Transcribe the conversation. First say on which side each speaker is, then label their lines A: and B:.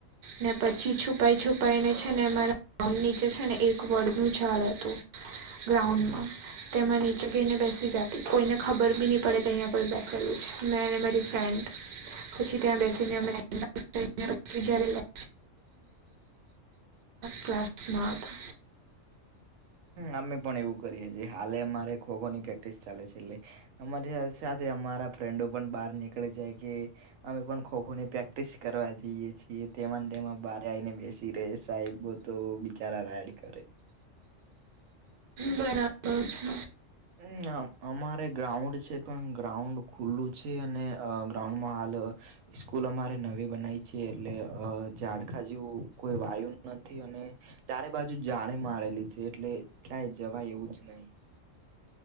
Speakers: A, on the right; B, on the right.
A: ને પછી છુપાઈ-છુપાઈને છે ને મારા આમ નીચે છે ને એક વડનુ ઝાડ હતું. ગ્રાઉન્ડમાં
B: હમ
A: તેમાં નીચે ગઈને બેસી જાતી. કોઈને ખબર બી નહીં પડે કે અઈંયા કોઈ બેસેલું છે. મે ને મારી ફ્રેન્ડ પછી ત્યાં બેસીને અમે <unintelligible> <inaudible> ક્લાસમાં હતા
B: અમે પણ એવું કરીએ છીએ. હાલે અમારે ખોખોની પ્રેક્ટિસ ચાલે છે. એટલે અમારી આ સાથે અમારા ફ્રેન્ડો પણ બહાર નીકળી જાય કે અમે પણ ખો-ખો ની પ્રેક્ટિસ કરવા જઈએ છીએ. ઈ તેમાંને તેમાં બારે આવીને બેસી રહેે. સાહેબો તો બિચારા રાડ કરે
A: બરાબર છે.
B: હમ અમારે ગ્રાઉન્ડ છે. પણ ગ્રાઉન્ડ ખુલ્લું છે. તે અને અ ગ્રાઉન્ડમાં હાલ સ્કૂલ અમારે નવી બનાઇ છે. એટલે અ ઝાડખા જેવું કોઈ વાયુ નથી અને ચારે બાજુ જાળી મારેલી છે. એટલે ક્યાંય જવાય એવું જ નહીં.